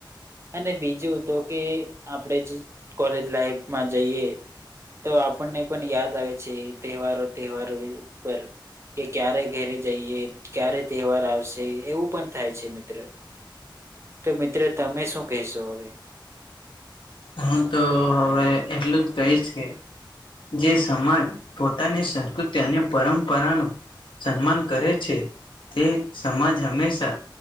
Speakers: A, on the right; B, on the left.
A: અને બીજું તો કે આપણે કોલેજ લાઈફમાં જઈએ. તો આપણને પણ યાદ આવે છે તહેવારો તહેવારો પર. કે ક્યારે ઘરે જઈએ ક્યારે તહેવાર આવશે એવું પણ થાય છે મિત્ર તો મિત્ર તમે શું કહેશો હવે.
B: હું તો હવે એટલું જ કહીશ કે. જે સમાજ પોતાની સંસ્કૃતિ અને પરંપરાનો. સન્માન કરે છે તે સમાજ હંમેશા.